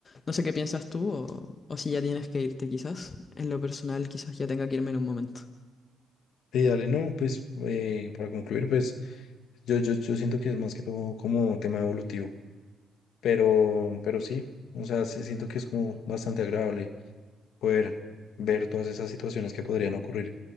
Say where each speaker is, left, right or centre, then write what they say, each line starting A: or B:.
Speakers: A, on the left (about 40°); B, on the left (about 75°).
A: No sé qué piensas tú o, o si ya tienes que irte quizás. En lo personal, quizás ya tenga que irme en un momento.
B: Y dale, no, pues eh, para concluir, pues yo, yo, yo siento que es más que todo como tema evolutivo, pero, pero sí, o sea, sí siento que es como bastante agradable poder ver todas esas situaciones que podrían ocurrir